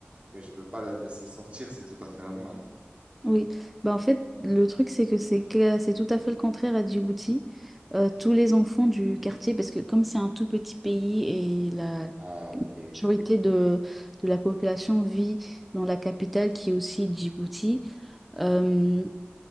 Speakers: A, on the right (about 30°); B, in the centre.
A: mais je ne peux pas la laisser sortir, c'est tout à fait normal.
B: Oui, bah en fait, le truc, c'est que c'est que- c'est tout à fait le contraire à Djibouti. Euh, tous les enfants du quartier, parce que comme c'est un tout petit pays et la
A: Ah, ok.
B: majorité de, de la population vit dans la capitale qui est aussi Djibouti, euh,